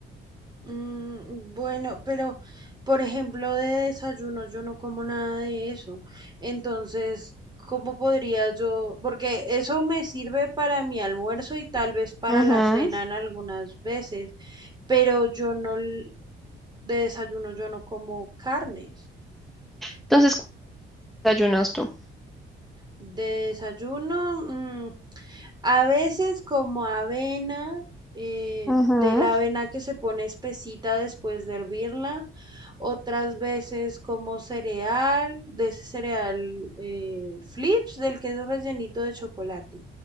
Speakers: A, on the right; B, in the centre.
A: Mm, bueno, pero por ejemplo de desayuno yo no como nada de eso. Entonces, ¿cómo podría yo? Porque eso me sirve para mi almuerzo y tal vez para
B: Ujú.
A: la cena en algunas veces, pero yo no, l- de desayuno yo no como carnes.
B: Entonces, ¿qué desayunas tú?
A: De desayuno, mm, A veces como avena, eh,
B: Ujú.
A: de la avena que se pone espesita después de hervirla, otras veces como cereal, de ese cereal eh, flips, del que es rellenito de chocolate.